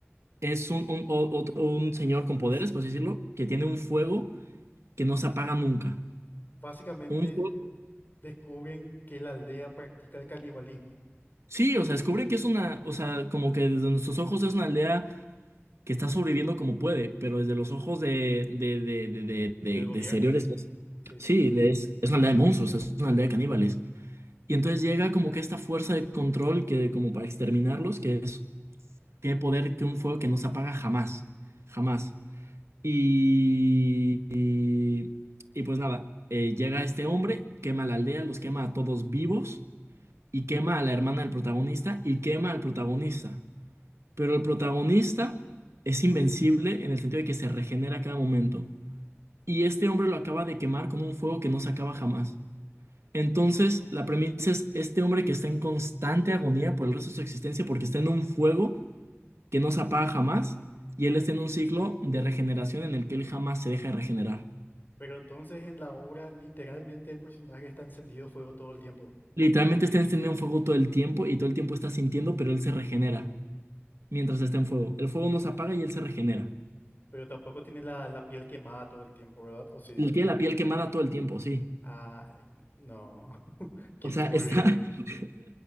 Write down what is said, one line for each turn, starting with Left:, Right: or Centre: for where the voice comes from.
Right: es un, un, o- otro- un señor con poderes,
Left: es-
Right: por así decirlo, que tiene un fuego que no se apaga nunca.
Left: básicamente
Right: Un fuego-
Left: descubren que la aldea practica el canibalismo
Right: Sí, o sea, descubre que es una, o sea, como que desde nuestros ojos es una aldea que está sobreviviendo como puede, pero desde los ojos de, de, de, de, de, de-
Left: del gobierno.
Right: de exteriores, es-
Left: Sí.
Right: sí, de- es, es una aldea de monstruos, es una aldea de caníbales. Y entonces llega como que esta fuerza de control que como para exterminarlos, que es, tiene poder que un fuego que no se apaga jamás, jamás. Y, y, y pues nada, eh, llega este hombre, quema la aldea, los quema a todos vivos y quema a la hermana del protagonista y quema al protagonista. Pero el protagonista es invencible en el sentido de que se regenera a cada momento. Y este hombre lo acaba de quemar con un fuego que no se acaba jamás. Entonces, la premisa es este hombre que está en constante agonía por el resto de su existencia porque está en un fuego que no se apaga jamás y él está en un ciclo de regeneración en el que él jamás se deja de regenerar.
Left: Pero entonces en la obra literalmente el personaje está encendido fuego todo el tiempo.
Right: Literalmente está encendido en fuego todo el tiempo y todo el tiempo está sintiendo, pero él se regenera mientras está en fuego. El fuego no se apaga y él se regenera.
Left: Pero tampoco tiene la, la piel quemada todo el tiempo, ¿verdad? ¿O sí?
Right: Él tiene la piel quemada todo el tiempo, sí.
Left: Ah, no, <laughs> qué
Right: O sea,
Left: turbio.
Right: está. <laughs>